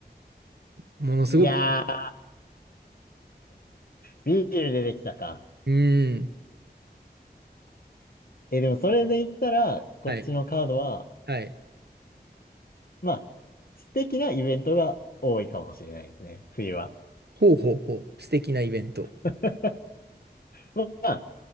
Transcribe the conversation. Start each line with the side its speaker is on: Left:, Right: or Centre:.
Right: ものすごく、
Left: いやー、ビール出てきたか。
Right: うーん、
Left: え、でもそれで言ったら、こっちのカードは、
Right: はい、はい。
Left: まあ、素敵なイベントが多いかもしれないですね、冬は。
Right: ほうほうほう、素敵なイベント。
Left: <laughs> まあ、